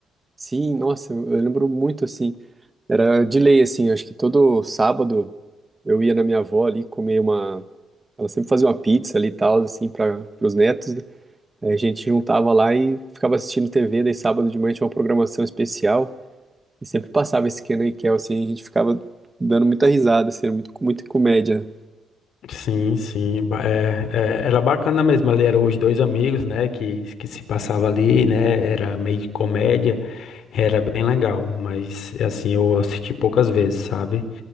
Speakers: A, on the right; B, on the left.
A: Sim, nossa, eu eu lembro muito assim. Era de lei assim. Acho que todo sábado eu ia na minha avó ali comer uma. Ela sempre fazia uma pizza ali e tal assim para os netos. né? Aí a gente juntava lá e ficava assistindo TV, daí sábado de manhã tinha uma programação especial e sempre passava esse Kenan e Kel, assim, a gente ficava dando muita risada, assim, era muito, muita comédia.
B: Sim, sim, ba- é, é, era bacana mesmo, ali eram os dois amigos, né, que, que se passava ali, né, era meio de comédia, era bem legal, mas assim, eu assisti poucas vezes, sabe?